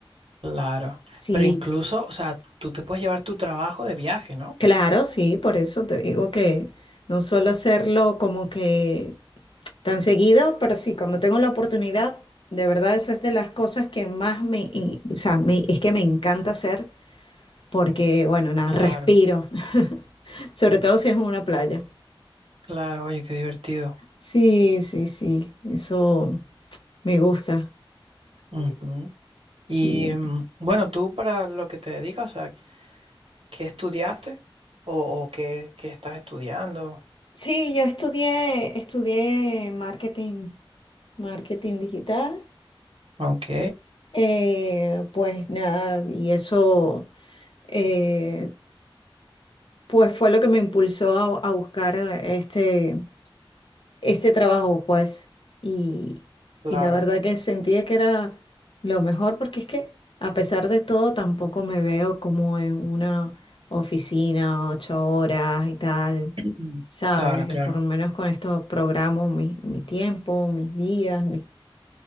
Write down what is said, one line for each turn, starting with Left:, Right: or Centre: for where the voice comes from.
Right: claro,
Left: Sí,
Right: pero incluso, o sea, tú te puedes llevar tu trabajo de viaje, ¿no?
Left: claro, sí, por eso te digo que no suelo hacerlo como que tan seguido, pero sí, cuando tengo la oportunidad, de verdad eso es de las cosas que más me, y- o sea, me- es que me encanta hacer porque, bueno, nada,
Right: Claro.
Left: respiro, <laughs> sobre todo si es en una playa.
Right: Claro, oye, qué divertido.
Left: Sí, sí, sí, eso me gusta.
Right: Ujú. Y
Left: Y,
Right: mm, bueno, tú para lo que te dedicas, o sea, ¿qué estudiaste? ¿O, o qué, qué estás estudiando?
Left: Sí, yo estudié, estudié marketing, marketing digital.
Right: Ok,
Left: Eh, pues nada, y eso eh, pues fue lo que me impulsó a, a buscar eh, este, este trabajo, pues. Y,
Right: claro.
Left: y la verdad que sentía que era lo mejor porque es que a pesar de todo tampoco me veo como en una oficina ocho horas y tal,
Right: Ujú.
Left: ¿sabes?
Right: Claro, claro.
Left: Por lo menos con esto programo mi, mi tiempo, mis días, mis,